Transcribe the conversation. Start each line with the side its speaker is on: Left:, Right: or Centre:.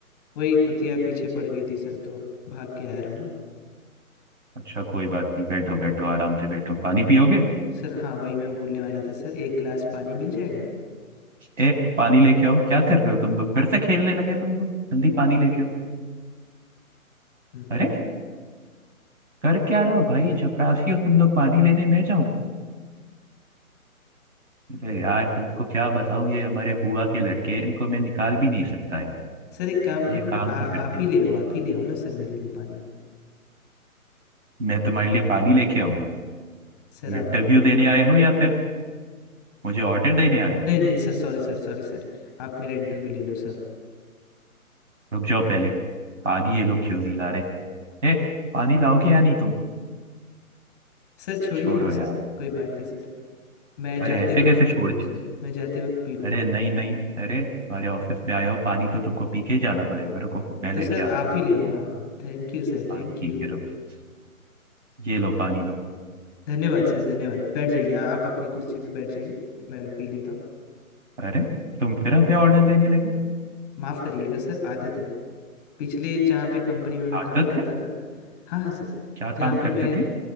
Left: वही कुतिया पीछे पड़ गई थी सर तो भाग के आ रहा हूँ ना
Right: अच्छा कोई बात नहीं बैठो बैठो आराम से बैठो पानी पियोगे
Left: सर हाँ वही मैं बोलने वाला था सर एक गिलास पानी मिल जाएगा
Right: ए पानी लेके आओ क्या कर रहे हो तुम लोग फिर से खेलने लगे तुम लोग जल्दी पानी लेके आओ
Left: हम्म
Right: अरे
Left: हम्म।
Right: कर क्या रहे हो भाई चपरासी हो तुम लोग पानी लेने मैं जाऊं अरे यार तुमको क्या बताऊं ये हमारे बुआ के लड़के हैं, इनको मैं निकाल भी नहीं सकता यार
Left: सर एक काम करो
Right: ये
Left: ना
Right: काम
Left: आ,
Right: तो करते
Left: आप
Right: हैं
Left: ही ले आओ आप ही ले आओ ना सर मेरे लिए पानी
Right: मैं तुम्हारे लिए पानी लेके आऊं
Left: सर आप
Right: इंटरव्यू देने आए हो या फिर मुझे ऑर्डर देने आए हो
Left: नहीं नहीं sir sorry sir sorry sir आप मेरा इंटरव्यू ले लो सर
Right: रुक जाओ पहले पानी ये लोग क्यों नहीं ला रहे ए पानी लाओगे या नहीं तुम
Left: सर छोड़िए
Right: छोड़ो
Left: ना
Right: यार
Left: सर कोई बात नहीं सर मैं
Right: अरे
Left: जाते
Right: ऐसे कैसे
Left: वक्त पी
Right: छोड़
Left: लूँगा
Right: दे
Left: सर मैं जाते वक्त पी लूँगा
Right: अरे नहीं नहीं अरे हमारे ऑफिस में आए हो पानी तो तुमको पी के ही जाना पड़ेगा रुको मैं लेके
Left: तो सर
Right: आता
Left: आप
Right: हूँ
Left: ही ले आओ हाँ हाँ thank you sir
Right: हाँ
Left: thank
Right: ठीक
Left: you
Right: है रुको ये लो पानी लो
Left: धन्यवाद सर धन्यवाद बैठ जाइए आ- आप अपनी कुर्सी पे बैठ जाइए मैं पी लेता हूँ
Right: अरे तुम फिर हमें ऑर्डर देने लगे
Left: माफ करिएगा सर आदत है पिछले जहाँ पे कंपनी में मैं
Right: आदत
Left: काम करता
Right: है
Left: था हाँ हाँ सर
Right: क्या
Left: जहाँ
Right: काम
Left: पे
Right: करते
Left: मैं
Right: थे